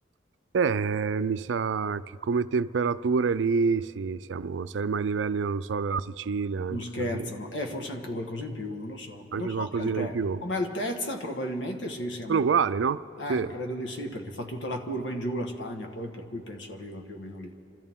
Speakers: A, on the right (about 80°); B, on the left (about 75°).
A: Eh, mi sa che come temperature lì sì, siamo, siamo ai livelli, non so, della Sicilia, anche
B: Non scherzano,
A: così,
B: eh, forse anche qualcosa in più, non lo so. Non
A: anche
B: so
A: qualcosina
B: che altezza,
A: in più.
B: come altezza probabilmente sì, siamo
A: Sono
B: lì.
A: uguali, no?
B: Eh,
A: Sì.
B: credo di sì, perché fa tutta la curva in giù la Spagna, poi per cui penso arriva più o meno lì.